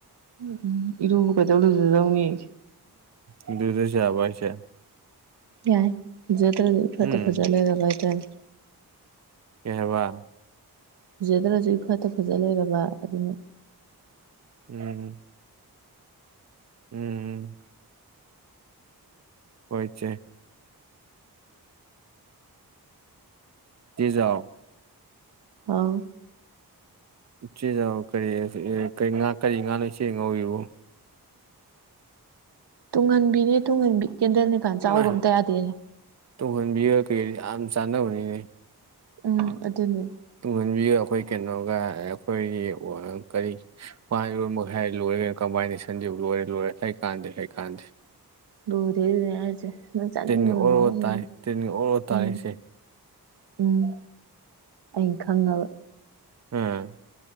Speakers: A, on the right (about 85°); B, on the right (about 45°).
A: ꯎꯝ ꯎꯝ ꯏꯔꯨꯕꯨ ꯀꯩꯗꯧ ꯂꯨꯖꯗꯧꯅꯤꯒꯦ
B: ꯎꯝ ꯂꯨꯗꯁꯨ ꯌꯥꯔꯕꯣ ꯍꯥꯏꯁꯦ?
A: ꯌꯥꯏ ꯂꯨꯖꯗꯔꯁꯨ ꯏꯐꯇꯥ
B: ꯎꯝ
A: ꯐꯖꯥ ꯂꯩꯔꯕ ꯍꯥꯏꯇꯔꯦ
B: ꯀꯩꯍꯥꯏꯕ?
A: ꯂꯨꯖꯗ꯭ꯔꯁꯨ ꯏꯐꯠꯇ ꯐꯖ ꯂꯩꯔꯕ ꯑꯗꯨꯅ
B: ꯎꯝ ꯎꯝ ꯍꯣꯏ ꯏꯆꯦ꯫ ꯆꯦ ꯖꯥꯎ
A: ꯍꯧ
B: ꯎꯆꯦꯖꯥꯎ ꯀꯔꯤꯑꯦ ꯀꯔꯤ ꯀꯔꯤ ꯉꯥ ꯀꯔꯤ ꯉꯥꯅꯣ ꯏꯆꯦꯅ ꯉꯧꯏꯕꯣ?
A: ꯇꯨꯡꯍꯟꯕꯤꯅꯦ ꯇꯨꯡꯍꯟꯕꯤ ꯀꯦꯟꯗꯜꯅꯦꯀꯥꯟ ꯆꯥꯎꯒ
B: ꯏꯃꯥꯏ
A: ꯑꯝꯇ ꯌꯥꯗꯦ
B: ꯇꯨꯡꯍꯟꯕꯤꯒ ꯀꯩ <unintelligible> ꯌꯥꯝ ꯆꯥꯟꯅꯕꯅꯤꯅꯦ
A: ꯎꯝ ꯑꯗꯨꯅꯦ
B: ꯇꯨꯡꯍꯟꯕꯤꯒ ꯑꯩꯈꯣꯏ ꯀꯩꯅꯣꯒ ꯑꯩꯈꯣꯏꯒꯤ ꯋꯥ ꯀꯔꯤ ꯄꯥꯟ ꯏꯔꯣꯟꯕꯀ ꯍꯥꯏꯔꯗꯤ ꯂꯣꯏꯔꯦ ꯀꯩꯅꯣ ꯀꯝꯕꯥꯏꯅꯦꯁꯟꯗꯤ ꯂꯣꯏꯔꯦ ꯂꯣꯏꯔꯦ ꯍꯩꯀꯥꯟꯅꯗꯦ ꯍꯩꯀꯥꯟꯅꯗꯦ
A: ꯂꯨꯗꯦ ꯗꯨꯅꯦ ꯍꯥꯏꯔꯤꯁꯦ ꯅꯪ ꯆꯥꯅꯤꯡꯕ
B: ꯇꯤꯟꯒ ꯑꯣꯔꯣ
A: ꯉꯥꯎꯔꯝꯃꯅꯤ
B: ꯇꯥꯏ ꯇꯤꯟꯒ ꯑꯣꯔꯣ ꯇꯥꯔꯦ
A: ꯎꯝ
B: ꯏꯆꯦ
A: ꯎꯝ ꯑꯩꯡ ꯈꯪꯉꯥꯕ
B: <unintelligible>